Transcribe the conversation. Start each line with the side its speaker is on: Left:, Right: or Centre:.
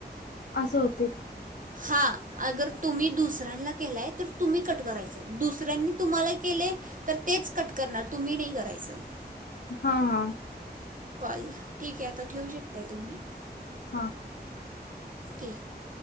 Left: अस होत.
Right: हा, अगर तुम्ही दुसऱ्यांना केलाय तर तुम्ही कट करायच दुसऱ्यांनी तुम्हाला केले तर तेच कट करणार तुम्ही नाही करायचं.
Left: हा हा,
Right: कॉल, ठीक आहे आता ठेवू शकताय तुम्ही.
Left: हा हा,
Right: ठीक आहे.